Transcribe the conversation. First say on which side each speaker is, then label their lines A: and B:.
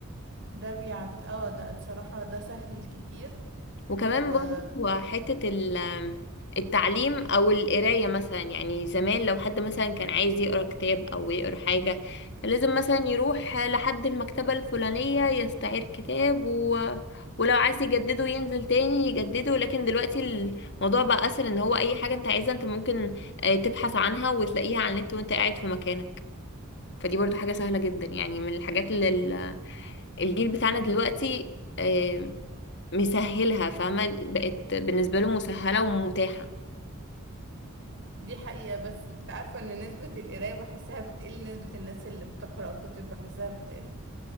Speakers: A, on the right; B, on the left.
A: ده بيعت اه ده بصراحة ده سهل كتير
B: وكمان
A: ودي
B: برضو حتة ال- التعليم أو القراية مثلا يعني زمان لو حد مثلا كان عايز يقرأ كتاب أو يقرأ حاجة كان لازم مثلا يروح لحد المكتبة الفلانية يستعير كتاب و... ولو عايز يجدده ينزل تاني يجدده لكن دلوقتي الموضوع بقى أسهل إن هو أي حاجة أنت عايزها أنت ممكن آه، تبحث عنها وتلاقيها على النت وأنت قاعد في مكانك فدي برضو حاجة سهلة جدا يعني من الحاجات اللي ال- الجيل بتاعنا دلوقتي آه، مسهلها فاهمة بقت بالنسبة له مسهلة ومتاحة
A: حقيقة بس انت عارفة ان نسبة القراية بحسها بتقل نسبة الناس اللي بتقرأ كتب بحسها بتقل